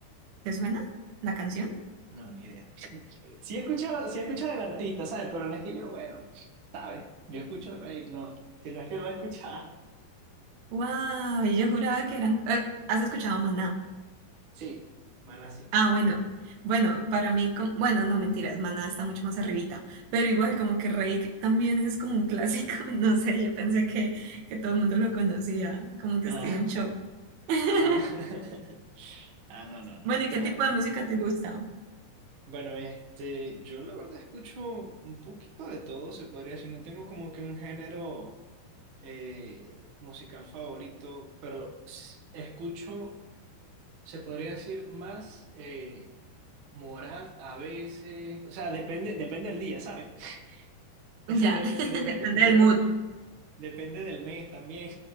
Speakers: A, on the right; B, on the right.
A: ¿te suena la canción?
B: no, ni idea. Sí he escuchado, sí he escuchado del artista, ¿sabes? Pero no es que yo, bueno, ¿sabes? Yo escucho, eh, no, si no es que lo he escuchado.
A: Wow, y yo juraba que eran. eh, ¿has escuchado Maná?
B: Sí, Maná sí.
A: Ah, bueno. Bueno, para mí, com- bueno, no mentiras, Maná está mucho más arribita, pero igual como que Reik también es como un clásico, <laughs> no sé, yo pensé que, que todo el mundo lo conocía, como que
B: Ah,
A: estoy en shock. <laughs>
B: ah, <laughs> ah, no, no, no,
A: Bueno, ¿y qué
B: no.
A: tipo de música te gusta?
B: Bueno, este, yo la verdad escucho un poquito de todo, se podría decir. No tengo como que un género eh, musical favorito, pero s- escucho, se podría decir más eh, Morat a veces. O sea, depende, depende del día, ¿sabes? <laughs> De-
A: Ya, <laughs>
B: Depende,
A: depende
B: yo
A: del
B: creo,
A: mood.
B: depende del mes también,